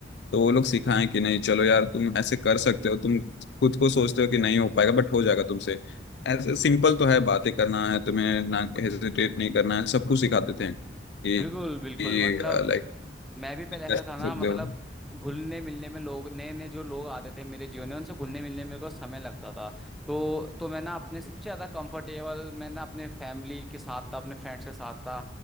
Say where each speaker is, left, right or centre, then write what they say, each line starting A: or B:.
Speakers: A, on the left; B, in the centre.
A: तो वो लोग सिखाएं कि नहीं चलो यार तुम ऐसे कर सकते हो तुम खुद को सोचते हो कि नहीं हो पाएगा बट हो जाएगा तुमसे ऐसे सिंपल तो है बातें करना है तुम्हें ना हेजिटेट नहीं करना है सब कुछ सिखाते थे कि
B: बिल्कुल बिल्कुल
A: लाइक
B: मतलब मैं भी पहले ऐसा
A: कह सकते
B: था ना मतलब
A: हो
B: घुलने मिलने में लोग नए नए जो लोग आते थे मेरे जीवन में उनसे घुलने मिलने में मेरे को समय लगता था तो तो मैं ना अपने सबसे ज़्यादा कंफर्टेबल मैं ना अपने फैमिली के साथ था अपने फ्रेंड्स के साथ था